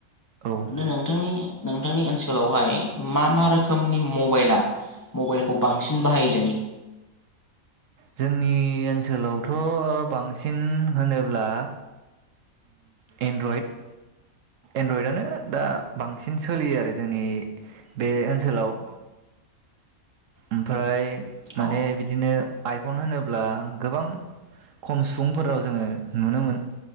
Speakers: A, on the right; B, on the left.
A: औ
B: दा नोंथांनि नोंथांनि ओनसोलावहाय मा मा रोखोमनि मबाइला मबाइलखौ बांसिन बाहायजायो?
A: जोंनि ओनसोलावथ बांसिन होनोब्ला एनड्रइड एनड्रइडआनो दा बांसिन सोलियो आरो जोंनि बे ओनसोलाव। ओमफ्राय माने
B: औ
A: बिदिनो आइफन होनोब्ला गोबां खम सुबुंफोरनाव जोङो नुनो मोन